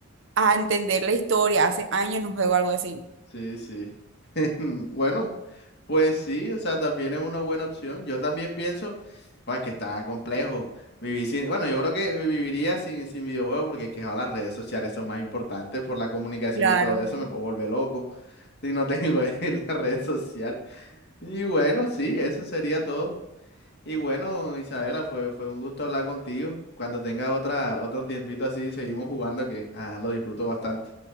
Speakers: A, on the right (about 65°); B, on the left (about 55°).
A: a entender la historia. Hace años no juego algo así.
B: Sí, sí. <laughs> Bueno, pues sí, o sea, también es una buena opción. Yo también pienso, "Buah, es que está complejo vivir sin, bueno, yo creo que viviría sin, sin videojuegos porque es que ahora las redes sociales son más importantes por la comunicación
A: Claro.
B: y todo eso, me puedo volver loco <laughs> si no tengo <laughs> la red social. Y bueno, sí, eso sería todo. Y bueno, Isabela, fue, fue un gusto hablar contigo. Cuando tengas otra, otro tiempito así, seguimos jugando que ah, lo disfruto bastante.